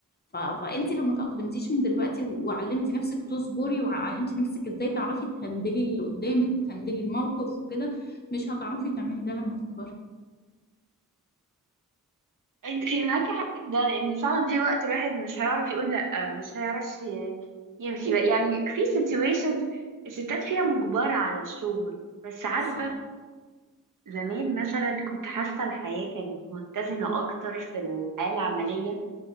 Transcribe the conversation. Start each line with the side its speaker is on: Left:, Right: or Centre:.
Left: ف... فانت لو ما تأقلمتيش من دلوقتي وعلمتي نفسك تصبري وعلمتي نفسك ازاي تعرفي تهندلي اللي قدامك وتهندلي الموقف وكده مش هتعرفي تعملي ده لما تكبري
Right: انت معاكي حق في ده لان فعلا في وقت الواحد مش هيعرف يقول لا مش هيعرف ي- يمشي بقى يعني في situations الستات فيها مجبرة على الشغل بس عارفة
Left: صح
Right: زمان مثلا كنت حاسة الحياة كانت متزنة اكتر في الحياة العملية